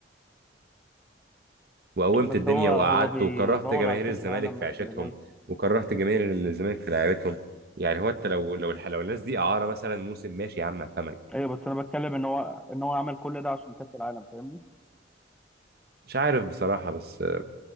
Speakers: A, on the right; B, in the centre.
A: وقومت
B: بس
A: الدنيا
B: هو هو
A: وقعدت
B: بيدور
A: وكرهت جماهير
B: على كأس
A: الزمالك
B: العالم
A: في عيشتهم
B: بس اللي جاي
A: وكرهت جماهير الزمالك في لعيبتهم يعني هو انت لو لو الح- لو الناس دي اعاره مثلا موسم ماشي يا عم افهمك
B: ايوه بس انا بتكلم ان هو ان هو عمل كل ده عشان كأس العالم فاهمني
A: مش عارف بصراحه بس آه،